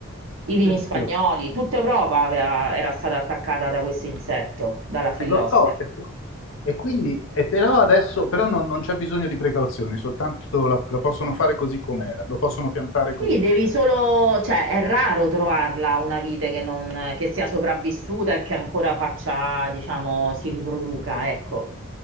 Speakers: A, on the right; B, on the left.
A: I vini
B: sì, sì,
A: spagnoli,
B: sì, ok.
A: tutta Europa aveva- era stata attaccata da questo insetto, dalla filossera.
B: Eh, lo so, e, e quindi, e però adesso però non, non c'è bisogno di precauzioni, soltanto la, la possono fare così com'era, lo possono piantare così
A: Sì, devi
B: com'era.
A: solo, cioè è raro trovarla una vite che, non, che sia sopravvissuta e che ancora faccia, diciamo, si riproduca, ecco.